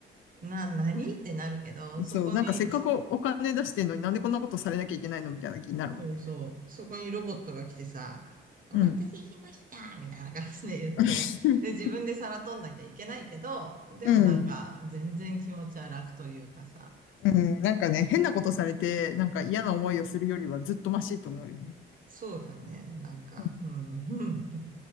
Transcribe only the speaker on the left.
そう、なんかせっかくお金出してんのになんでこんなことされなきゃいけないのみたいな気になるもんね。
うん。<laughs>
うん。
うん、なんかね、変なことされて、なんか嫌な思いをするよりはずっとマシと思うよね。
うん、